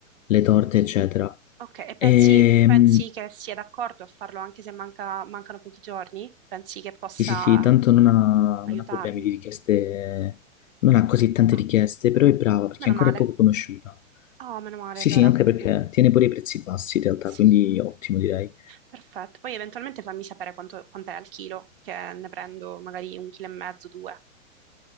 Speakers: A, on the left; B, on the right.
A: le torte, eccetera.
B: ok. E pensi,
A: Ehm,
B: pensi che sia d'accordo a farlo anche se manca- mancano pochi giorni? Pensi che possa
A: sì, sì, sì, tanto non ha,
B: aiutarmi?
A: non ha problemi di richieste, non ha così tante
B: Ah,
A: richieste, però è brava perché
B: meno
A: ancora
B: male.
A: è poco conosciuta.
B: Ah, meno male
A: Sì,
B: allora.
A: sì, anche perché
B: Mm,
A: tiene pure i prezzi bassi in realtà,
B: sì,
A: quindi ottimo direi.
B: perfetto. Poi eventualmente fammi sapere quanto, quant'è al chilo, che ne prendo magari un chilo e mezzo, due.